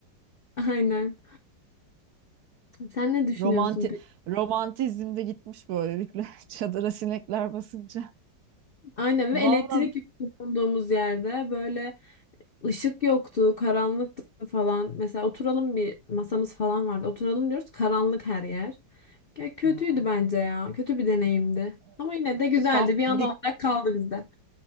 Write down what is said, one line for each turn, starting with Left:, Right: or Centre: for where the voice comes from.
Left: <laughs> aynen. Sen ne düşünüyorsun
Right: romanti
Left: peki?
Right: romantizm de gitmiş böylelikle <laughs> çadıra sinekler basınca.
Left: Aynen
Right: Vallahi
Left: ve elektrik yok bulunduğumuz yerde böyle Işık yoktu, karanlıktı falan. Mesela oturalım bir masamız falan vardı. Oturalım diyoruz, karanlık her yer. Ya kötüydü bence ya. Kötü bir deneyimdi.
Right: bir,
Left: Ama yine de güzeldi.
Right: bir kamp
Left: Bir an
Right: bir
Left: olarak kaldı bizde.